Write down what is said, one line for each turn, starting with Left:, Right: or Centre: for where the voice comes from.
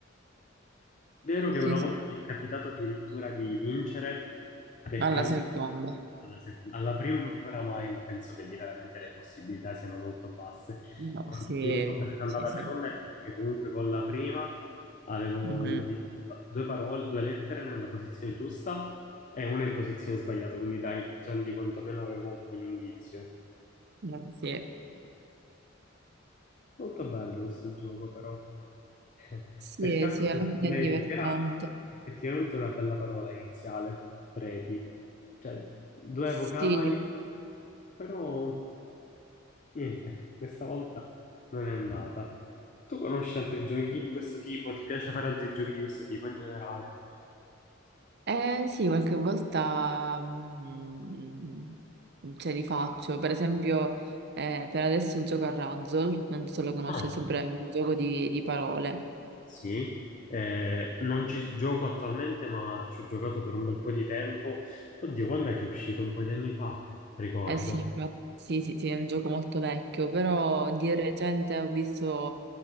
Left: Vero
Right: Sì,
Left: che una volta
Right: sì.
Left: mi è capitato addirittura di vincere beccando
Right: Alla seconda.
Left: alla seconda. Alla prima ancora mai, ma penso che lì veramente le possibilità siano molto basse.
Right: No,
Left: Quando
Right: sì,
Left: ho vinto beccando
Right: sì,
Left: alla
Right: sì.
Left: seconda è perché comunque con la prima avevo
Right: Mhm.
Left: indovinato due parole, due lettere nella posizione giusta e una in posizione sbagliata, quindi dai, già lì quantomeno avevo un buon indizio.
Right: Eh, Sì.
Left: Molto bello questo gioco, però. <laughs>
Right: Sì,
Left: Peccato
Right: sì, alla
Left: per
Right: fine
Left: preti,
Right: è divertente.
Left: che era effettivamente una bella parola iniziale, preti. Cioè, due
Right: Sì,
Left: vocali, però niente, questa volta non è andata. Tu conosci altri giochi di questo tipo? Ti piace fare altri giochi di questo tipo in generale?
Right: Eh sì, qualche volta mm, ce li faccio. Per esempio, eh, per adesso gioco a Razzle, non so se lo conosci,
Left: Ah,
Right: è sempre un gioco di, di parole.
Left: sì. Eh, non ci gioco attualmente, ma ci ho giocato per un bel po' di tempo. Oddio, quando è che è uscito? Un po' di anni fa, ricordo.
Right: Eh sì, infatti, sì, sì, sì, è un gioco molto vecchio, però di recente ho visto